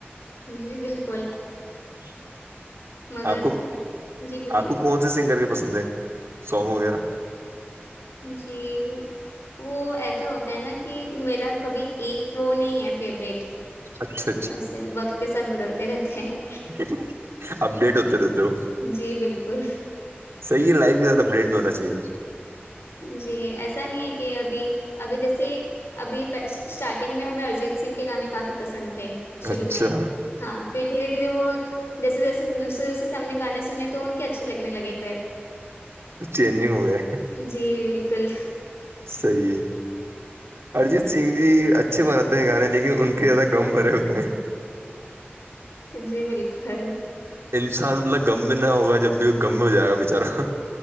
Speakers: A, on the left; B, on the right.
A: جی بالکل
B: <inaudible>
A: مگر
B: آپ کو
A: جی بولیے
B: آپ کو کون سے سنگر کے پسند ہے سونگ وغیرہ
A: جی وہ ایسا ہوتا ہے نا کہ میرا کبھی ایک وہ نہیں ہے فیوریٹ
B: اچھا
A: وسے وقت کے ساتھ بدل ط رہتیں ہیں
B: <inaudible> اپ ڈیٹ ہوتی رہ تو
A: جی بالکل
B: سی ہے لائفٹ ہونا چاہیے
A: جی ایسا نہیں ہے کہ ابھی اگر جیسے ابھی اسٹارٹنگ میں ہمیں ارجیت سنگھ کے گانے کافی پسند تھے شروع
B: اچھا
A: میں ہاں پھر دھیرے درے دھیرے وہ جیسے جیسے دوسرے دوسرے سامنے گانے سنے تو ان کے اچھے لگنے لگے پھر
B: چینجنگ ہو گیا
A: جی بالکل
B: صی ہے ارجیت سنگھ جی اچھا اچھے بناتے ہیں گانے لیکن ان کے زیادہ گم بھرے ہوتے
A: جی بالکل
B: انسان مطلب گغم میں نہ ہوگا جب اب گم ہو جائے گا بےچارا